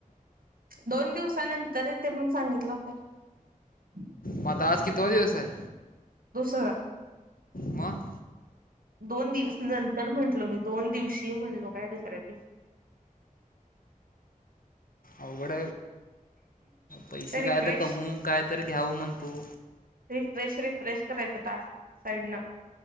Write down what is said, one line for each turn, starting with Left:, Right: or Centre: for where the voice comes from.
Right: <inaudible> दोन दिवसानंतर येते म्हण सांगितलं हो तर. <inaudible>
Left: मता आज कि तो दिवस आहे.
Right: दुस
Left: मग
Right: दोन दिवस नंतर म्हण. म्हलो मी दोन दिवशी म्हणलो काय दुसऱ्या दिवशी <inaudible>
Left: अवघड पैसे
Right: ते रिफ्रेश
Left: काय तर कमवून काय तरी घ्यावं म्हणतो.
Right: रिफ्रेश रिफ्रेश करायचं टास्क साईडन.